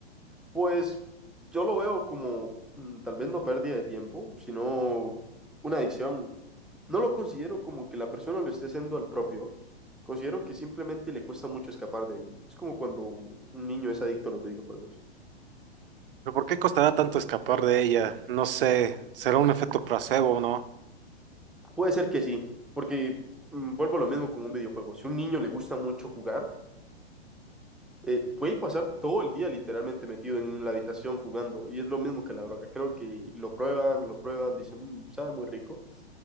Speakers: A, in the centre; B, on the right.
A: Pues yo lo veo como mm, tal vez no pérdida de tiempo, sino una adicción No lo considero como que la persona lo esté haciendo al propio. Considero que simplemente le cuesta mucho escapar de ahí. Es como cuando un niño es adicto a los videojuegos.
B: ¿Pero por qué costará tanto escapar de ella? No sé, ¿será un efecto placebo o no?
A: Puede ser que sí, porque mm, vuelvo a lo mismo con un videojuego. Si a un niño le gusta mucho jugar, eh, puede pasar todo el día literalmente metido en la habitación jugando y es lo mismo que la droga. Creo que lo prueban, lo prueban, dicen, "Mm, sabe muy rico.